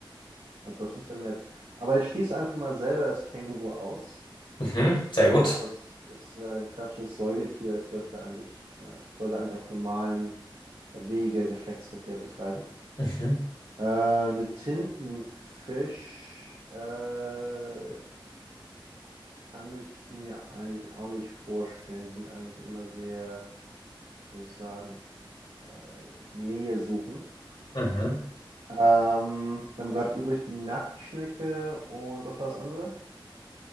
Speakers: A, on the right; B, on the left.
A: na, das ist ja nett. Aber ich schließe einfach mal selber das Känguru aus.
B: Mhm, sehr gut.
A: Ja, das ist äh, ein klassisches Säugetier. Es dürfte eigentlich, äh, sollte eigentlich auf normalem Wege Geschlechtsverkehr betreiben.
B: Mhm,
A: Äh, der Tintenfisch äh, kann ich mir eigentlich auch nicht vorstellen. Die sind eigentlich immer sehr, würde ich sagen, äh, nähesuchend.
B: mhm.
A: Ähm, dann bleibt übrig die Nacktschnecke und was war das andere?